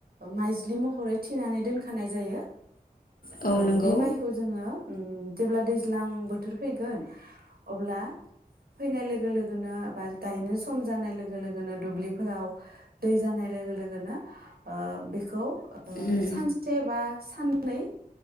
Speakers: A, on the right; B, on the left.
A: माइज्लि महरै थिनानै दोनखानाय जायो,
B: औ
A: ओ
B: नंगौ
A: बे माइखौ जोङो, जेब्ला दैज्लां बोथोर फैगोन। अब्ला फैनाय लोगो लोगोनो बा गायनो सम जानाय लोगो लोगोनो दुब्लिफोराव दै जानाय लोगो लोगोनो बेखौ
B: उम
A: सानसे बा सानै